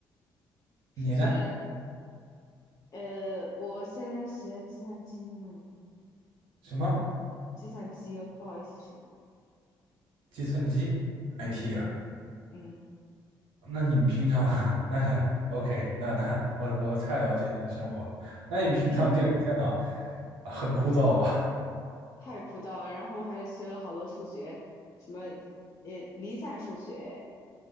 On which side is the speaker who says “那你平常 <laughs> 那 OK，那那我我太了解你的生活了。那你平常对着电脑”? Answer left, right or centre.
Right